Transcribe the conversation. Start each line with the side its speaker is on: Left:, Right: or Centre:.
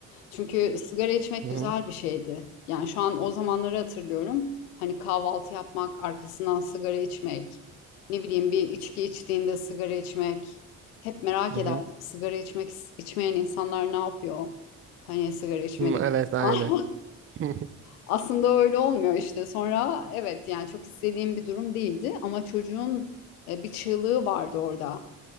Left: Çünkü sigara içmek
Right: Hı
Left: güzel
Right: hı.
Left: bir şeydi. Yani şu an o zamanları hatırlıyorum. Hani kahvaltı yapmak, arkasından sigara içmek, ne bileyim bir içki içtiğinde sigara içmek. Hep merak
Right: Hı
Left: ederdim
Right: hı.
Left: sigara içmek içmeyen insanlar ne yapıyor? Hani sigara içmedik.
Right: Hı, evet aynı.
Left: <laughs>
Right: <laughs>
Left: Aslında öyle olmuyor işte. Sonra evet yani çok istediğim bir durum değildi ama çocuğun e, bir çığlığı vardı orada.